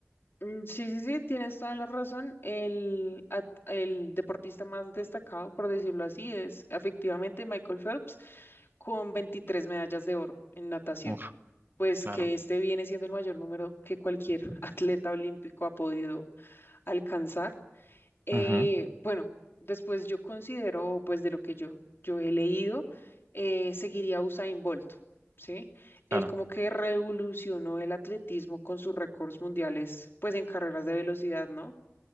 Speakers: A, on the left; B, on the right.
A: Mm, Sí, sí, sí, tienes toda la razón. El, at- el deportista más destacado, por decirlo así, es efectivamente Michael Phelps con 23 medallas de oro en natación.
B: Uf,
A: Pues
B: claro.
A: que este viene siendo el mayor número que cualquier <laughs> atleta olímpico ha podido alcanzar. Eh,
B: Ujú,
A: bueno, después yo considero, pues de lo que yo, yo he leído, eh, seguiría a Usain Bolt, ¿sí? Él
B: claro.
A: como que revolucionó el atletismo con sus récords mundiales, pues en carreras de velocidad, ¿no?